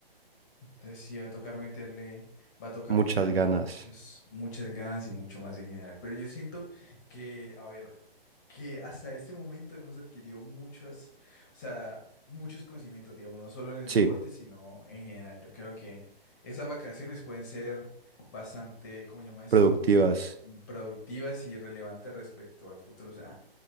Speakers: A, on the left; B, on the right.
A: Entonces sí va a tocar meterle, va a tocar
B: Muchas
A: meterle
B: ganas.
A: muchos, muchas ganas y mucho más en general. Pero yo siento que, a ver, que hasta este momento hemos adquirido muchas, o sea, muchos conocimientos, digamos, no solo en el
B: Sí,
A: deporte, sino en general. Yo creo que esas vacaciones pueden ser bastante, ¿cómo llama esto?
B: productivas.
A: An- Productivas y relevantes respecto al futuro. O sea,